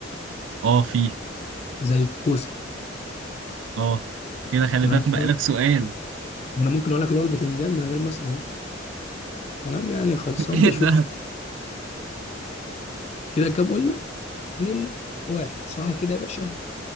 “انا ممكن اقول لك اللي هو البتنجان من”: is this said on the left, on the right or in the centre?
Left